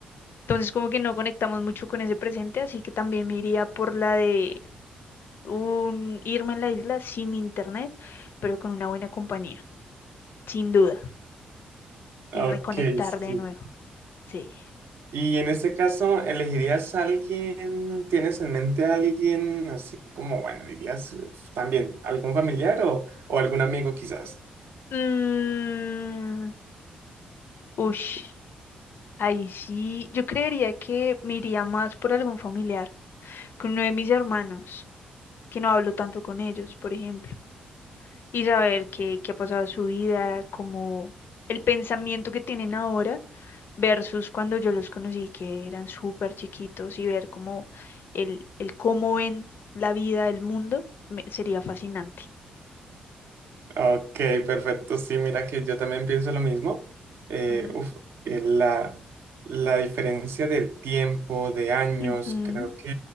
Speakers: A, on the left; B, on the right.
A: Entonces, como que no conectamos mucho con ese presente, así que también me iría por la de un irme a la isla sin internet, pero con una buena compañía, sin duda,
B: Ok,
A: y reconectar
B: sí.
A: de nuevo. Sí.
B: Y en este caso, ¿elegirías a alguien? ¿Tienes en mente a alguien así como, bueno, dirías eh, también algún familiar o, o algún amigo quizás?
A: Mm, ush, ahí sí, yo creería que me iría más por algún familiar, con uno de mis hermanos. que no hablo tanto con ellos, por ejemplo, y saber qué, qué ha pasado en su vida, como el pensamiento que tienen ahora versus cuando yo los conocí, que eran súper chiquitos, y ver cómo el, el cómo ven la vida, el mundo, me- sería fascinante.
B: Ok, perfecto. Sí, mira que yo también pienso lo mismo. Eh,
A: Ujú.
B: uf, eh, la, la diferencia de tiempo, de años,
A: Ujú.
B: creo que